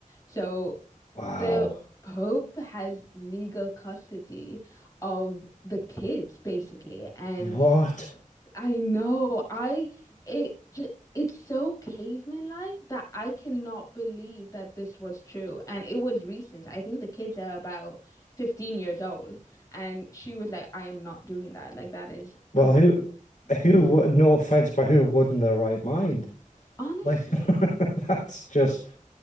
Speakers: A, on the left; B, on the left.
A: So
B: wow.
A: the Pope has legal custody of the kids basically. And
B: What?
A: I know I it ju- It's so caveman-like that I cannot believe that this was true. And it was recent. I think the kids are about 15 years old. And she was like, I am not doing that. Like, that is
B: Well,
A: completely
B: who,
A: ridiculous.
B: who would, no offense, but who would in their right mind?
A: Honestly,
B: Like, <laughs> that's just,